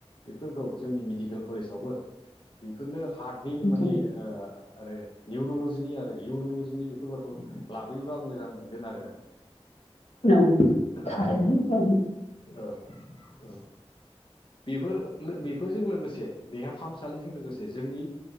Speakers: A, on the left; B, on the left.
A: बेफोरखौ जोंनि मिडिकेल कलेजावबो बेफोरनो हार्टनि
B: नोंथां
A: माने ओ आरो निउरल'जिनि आरो इउरलजिनि बेखौ लाबोयोबा मोजां मोनगोन आरो आं
B: औ थारैनो
A: आरो
B: औ
A: औ औ बेफो लो बेफोरजों लोगोसे देहा फाहामसालिजों लोगोसे जोंनि